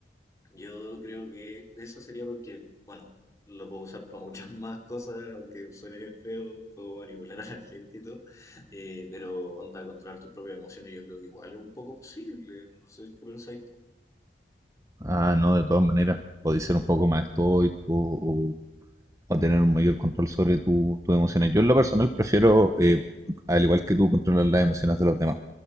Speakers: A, on the left; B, on the right.
A: yo creo que eso sería porque, bueno, lo puedo usar para muchas <laughs> más cosas, aunque suene feo, puedo manipular a la gente y todo, eh, pero onda, controlar tus propias emociones yo creo que igual es un poco posible, no sé qué pensáis tú.
B: Ah, no, de todas maneras. Podéis ser un poco más estoico o, o tener un mayor control sobre tu- tus emociones. Yo en lo personal prefiero, eh, al igual que tú, controlar las emociones de los demás.